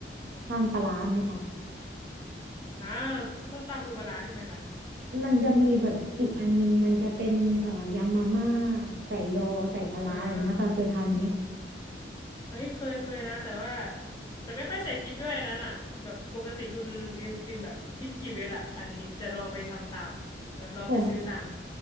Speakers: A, on the right; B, on the left.
A: ทานปลาร้าไหมคะ
B: อ่าส้มตำปูปลาร้าใช่ไหมคะ
A: มันจะมีแบบอีกอันนึงมันจะเป็นเอ่อยำมาม่าใส่ยอใส่ปลาร้าอะไรเงี้ยค่ะเคยทานไหม
B: อ่าเฮ้ยเคยเคยนะแต่ว่าแต่ไม่ค่อยใส่พริกด้วยอันนั้นอ่ะแบบปกติคุณลิมกินแบบพริกกี่เม็ดอ่ะอันนี้จะลองไปทำตามเดี๋ยวลองไปซื้อตาม
A: ของ